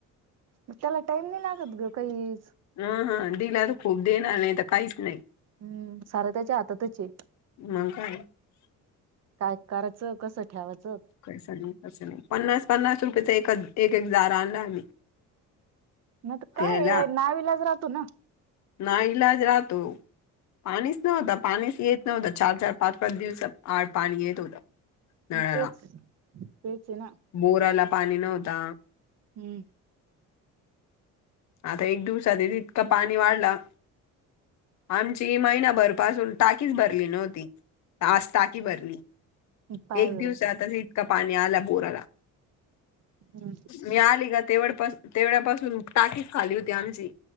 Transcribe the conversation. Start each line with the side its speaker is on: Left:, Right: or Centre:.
Right: मग त्याला टाइम नाही लागत ग काही
Left: ह हा दिला तर खूप देणार नाही तर, काहीच नाही
Right: हम्म सार त्याच्या हातातच आहे
Left: मग काय
Right: काय करायचं कसं ठेवाचं
Left: कसं नाही कसं नाही पन्नास पन्नास रुपयेचा एकच एक एक दारा आणला आम्ही
Right: मग तर काय
Left: पेला
Right: नाविलाज राहतो ना
Left: ना इलाज राहतो पाणीच नव्हतं पाणीच येत नव्हतं चार चार पाच पाच दिवस पाणी येत होतं नळाला
Right: तेच तेच आहे ना
Left: बोराला पाणी नव्हता
Right: हम्म
Left: आता एक दिवसाात तितकं पाणी वाढला आमची महिनाभरपासून टाकीच भरली नव्हती आास ताकी भरली
Right: पाय
Left: एक
Right: बरं
Left: दिवस आतसीत का पाणी आला बोर आला
Right: हम्म
Left: मी आली का तेवपासून तेवढ्यापासून टाकीच खाली होती आमची